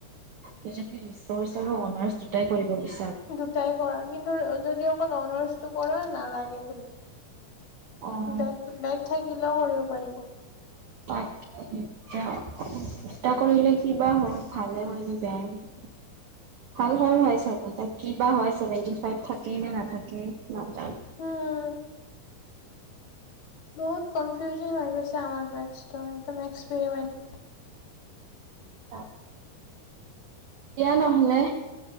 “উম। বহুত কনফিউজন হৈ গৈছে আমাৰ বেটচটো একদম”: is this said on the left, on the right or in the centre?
Left